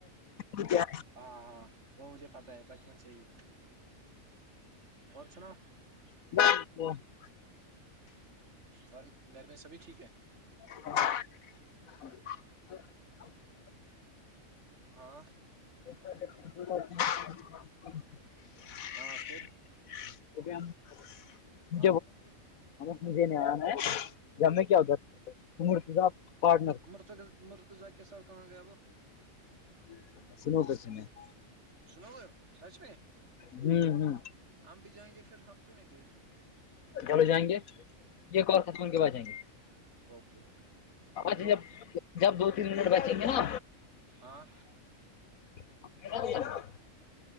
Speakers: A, on the left; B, on the right.
A: ٹوٹیا
B: ہاں ہاں وہ مجھے پتاہ ہے بچپن سے ہی اور سنا
A: <inaudible>
B: اور گھر میں سبھی ٹھیک ہے
A: <unintelligible>
B: ہاں
A: <inaudible>
B: ہاں پھر
A: <inaudible>
B: ہاں
A: مجھے نہیںنا <inaudible> میں کیا ہودھر مورتی پارٹنر
B: <inaudible> مرتزا کے سات کہاں گیا وہ
A: <unintelligible>
B: سنو گے سچ میں
A: ہوں ہوں
B: ہم بھی جائیں گے پھر ہم کیوں نہیں گئے پھر
A: چلو جائیں گے یہ اور ختم کے بعد جائیں گے
B: اوکے اوکے پھر
A: جب جب دو تین منٹ بیھیں گے نا
B: ہاں
A: <inaudible>